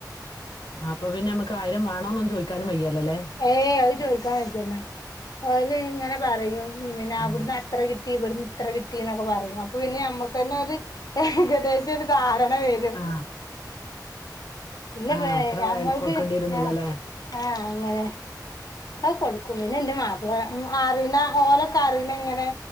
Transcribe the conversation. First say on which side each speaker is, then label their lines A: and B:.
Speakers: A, on the left; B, on the left.
A: ആഹ് അപ്പ പിന്നെ നമുക്ക് ആയിരം വേണന്നൊന്നും ചോദിക്കാനും വയ്യല്ല അല്ലേ
B: ഏയ് അത് ചോയിക്കാൻ വജ്ജല്ലോ അവര് ഇങ്ങനെ പറയും ഉം പിന്നെ അവിടുന്ന്
A: ആ.
B: അത്ര കിട്ടി ഇവിടുന്ന് ഇത്ര കിട്ടിന്നൊക്കെ പറയും അപ്പൊ പിന്നെ നമ്മുക്ക് തന്നെ ഒരു ഏകദേശം ഒരു ധാര ണ വരും
A: ആ.
B: പിന്നെക്കെ
A: ആ അത്ര
B: ഞമ്മൾക്ക്
A: വേ- കൊടുക്കേണ്ടി വരുന്നുള്ളല്ലേ
B: ആഹ് ആഹ് അങ്ങനെ ആഹ് കൊടുക്കൂ പിന്നെ ഇന്റെ മാപ്പിള അറീന ഓലൊക്കെ അറീണ ഇങ്ങനെ